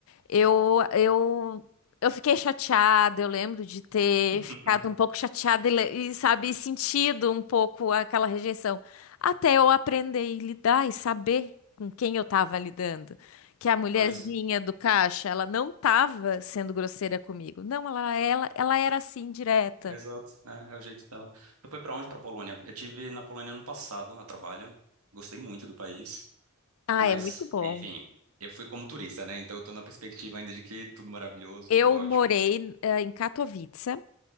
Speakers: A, on the left (about 65°); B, on the right (about 75°).
A: eu, eu, eu fiquei chateada, eu lembro de ter
B: <laughs>
A: ficado um pouco chateada e, le- e, sabe, sentido um pouco aquela rejeição. Até eu aprender e lidar e saber com quem eu estava lidando. Que a mulherzinha
B: Pois.
A: do caixa, ela não estava sendo grosseira comigo. Não, ela, ela, ela era assim, direta.
B: É, Exato, é, é o jeito dela. Tu foi pra onde? Pra Polônia? Eu tive na Polônia ano passado, a trabalho. Gostei muito do país,
A: Ah,
B: mas
A: é muito bom.
B: enfim, eu fui como turista, né? Então eu tô na perspectiva ainda de que tudo maravilhoso,
A: Eu
B: tudo ótimo.
A: morei, eh, em Katowice.